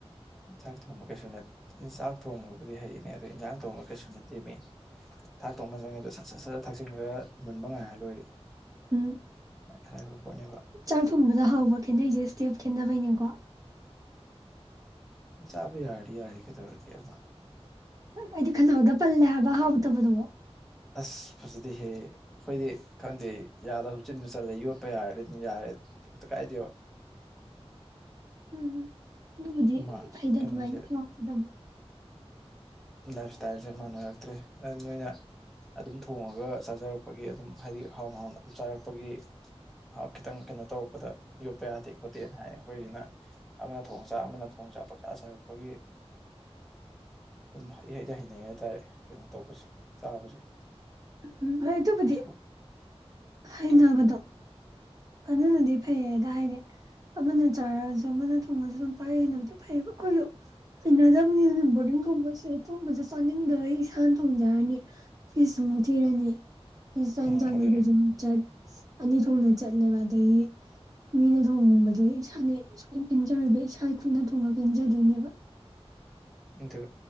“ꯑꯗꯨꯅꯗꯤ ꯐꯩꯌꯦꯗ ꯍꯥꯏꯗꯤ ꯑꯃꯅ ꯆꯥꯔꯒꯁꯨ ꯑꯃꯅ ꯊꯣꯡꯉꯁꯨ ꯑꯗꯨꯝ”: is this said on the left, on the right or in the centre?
Right